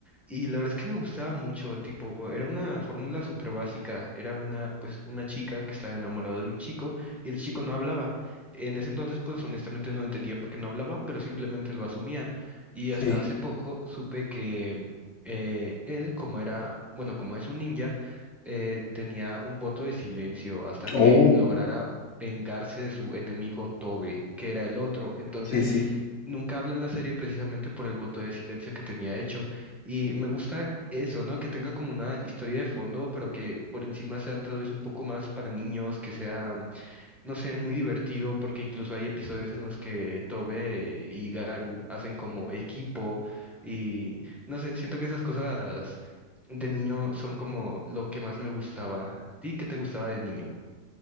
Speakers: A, in the centre; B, on the left (about 70°).
A: y la verdad es que me gustaba mucho, tipo, era una fórmula súper básica, era una, pues, una chica que estaba enamorada de un chico y el chico no hablaba. En ese entonces, pues, honestamente no entendía por qué no hablaba, pero simplemente lo asumía. Y
B: sí.
A: hasta hace poco supe que eh, él, como era, bueno, como es un ninja, eh, tenía un voto de silencio hasta que
B: Oh,
A: lograra vengarse de su enemigo Tobe, que era el otro. Entonces,
B: sí, sí.
A: nunca habla en la serie precisamente por el voto de silencio que tenía hecho. Y me gusta eso, ¿no? Que tenga como una historia de fondo, pero que por encima sea tal vez un poco más para niños, que sea no sé, muy divertido porque incluso hay episodios en los que Tobe y Garu hacen como equipo y no sé, siento que esas cosas de niño son como lo que más me gustaba. ¿A ti qué te gustaba de niño?